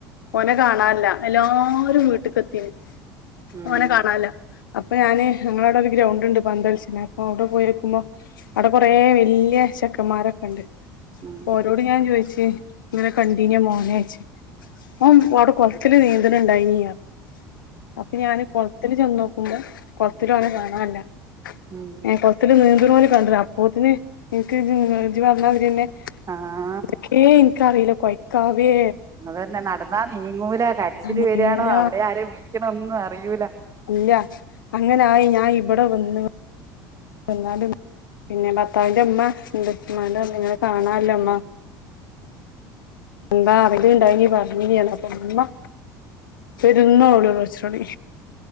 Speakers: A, on the left; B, on the right.
A: മോനെ കാണാനില്ല എല്ലാവരും വീട്ട്ക്കെത്തീന്
B: ഉം.
A: മോനെ കാണാനില്ല അപ്പൊ ഞാന് ഞങ്ങളവിട ഒരു ഗ്രൗണ്ട് ഉണ്ട് പന്തളിച്ചിനെ അപ്പൊ അവിടെ പോയിക്കുമ്പോ കൊറേ വെല്യ ചെക്കന്മാരൊക്കെ ഉണ്ട്
B: ഉം
A: അപ്പൊ ഓരോട് ഞാൻ ചോയിച്ച് ഇങ്ങനെ കണ്ടീന്യോ മോനേച്ച് മോൻ അവിടെ കൊളത്തില് നീന്തലുണ്ടായിനീയാ അപ്പൊ ഞാന് കൊളത്തില് ചെന്നോ ക്കുംമ്പം കൊളത്തിലും അവനെ കാണാനില്ല
B: ഉം.
A: ഏഹ് കൊളത്തില് നീന്തണ പോലെ കണ്ട് അ പോത്തിന് ഇൻക്ക് ഇജ്ജ് പറഞ്ഞതിരിയെന്നെ
B: ആഹ്
A: അതൊക്കേ എനിക്കറിയില് കോയക്കാവേ
B: അന്നത് തന്നെ നടന്നാ നീങ്ങൂലാ കരച്ചില്
A: നീങ്ങൂല
B: വെരണോ അവിടെ ആരെ വിളിക്കണോ ഒന്നും അറിയൂലാ
A: ഇല്ല അങ്ങനായി ഞാൻ ഇവിടെ വന്ന് എന്നാലും പിന്നെ ഭർത്താവിന്റെ ഇമ്മ ഇമ്മാന്റോടിങ്ങെനെ കാണാനില്ലാ ഇമ്മാ
B: ഉം.
A: എന്താ അരേണ്ടായിന് പറഞ്ഞിന് എന്നൊക്കെ ഇമ്മ പെരന്നോളോളീച്ചോളീ